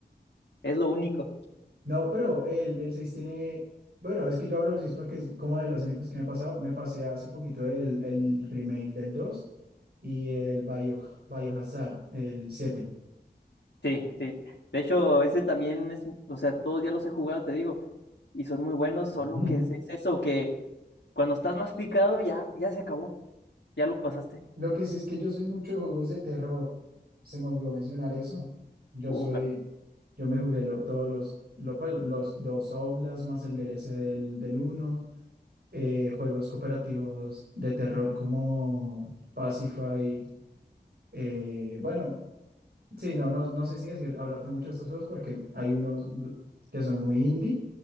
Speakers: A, on the left; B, on the right.
A: es lo único.
B: no, pero el, el 6 tiene, bueno, es que yo hablo del 6 porque es como de los únicos que me he pasado, me pasé hace poquito el, el remake del 2 y el Bio, Biohazard, el siete
A: Sí, sí. De hecho, ese también es, o sea, todos ya los he jugado, te digo, y son muy buenos, solo
B: <laughs>
A: que es, es eso, que cuando estás más picado ya, ya se acabó, ya lo pasaste.
B: Lo que sí es que yo soy mucho de juegos de terror. Se me olvidó mencionar eso. Yo
A: Uh,
B: soy,
A: pero,
B: yo me jugué lo- todos los, lo- pues, los dos Outlast más el DLC del, del uno, eh, juegos cooperativos de terror como Pacify. eh, bueno, sí, no, no, no sé si decir, hablarte mucho de estos juegos porque hay unos l- que son muy indie